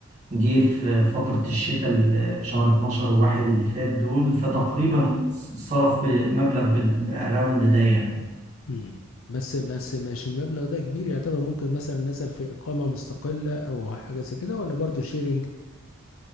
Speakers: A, on the right; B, on the left.
A: جه في فترة الشتاء ال- شهر 12 وواحد اللي فات دول فتقريبا
B: امم
A: صرف بمبلغ بال- بالراوند ده يعني
B: امم بس بس مش المبلغ ده كبير يعتبر ممكن مثلا نزل في إقامة مستقلة أو حاجة زي كده ولا برضه شيرنج